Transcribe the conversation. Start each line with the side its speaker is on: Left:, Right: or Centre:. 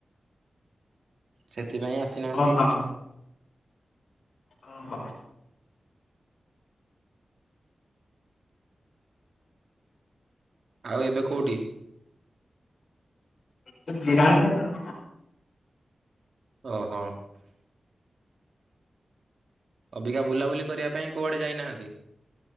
Right: ସେ ସେଥିପାଇଁ ଆସିନାହାନ୍ତି।
Left: ଓହୋ ଅ ହଁ।
Right: ଆଉ ଏବେ କୋଉଠି।
Left: ସାର ଜିରାଙ୍ଗ ଯାଇନ।
Right: ଓହୋ। ଅବିକା ବୁଲାବୁଲି କରିବା ପାଇଁ କୁଆଡେ ଯାଇନାହାନ୍ତି।